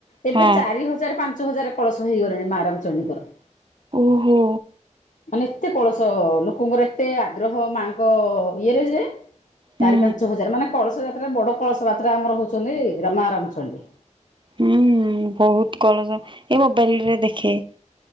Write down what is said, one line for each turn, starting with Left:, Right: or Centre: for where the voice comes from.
Left: ଏବେ
Right: ହଁ
Left: ଚାରି ହଜାର ପାଞ୍ଚ ହଜାର କଳସ ହେଇଗଲେଣି ମା ରାମଚଣ୍ଡୀଙ୍କର।
Right: ଓହୋ।
Left: ମାନେ ଏତେ କଳସ ଲୋକଙ୍କର ଏତେ ଆଗ୍ରହ ମାଙ୍କ ଇଏରେ ଯେ
Right: ହୁଁ
Left: ଚାରି ପାଞ୍ଚ ହଜାର ମାନେ କଳସ ଯାତ୍ରା ବଡ କଳସ ଯାତ୍ରା ଆମର ହଉଛନ୍ତି ରା ମା ଆ ରାମଚଣ୍ଡୀ।
Right: ହୁଁ ବହୁତ କଲସ ଏ ମୋବାଇଲରେ ଦେଖେ।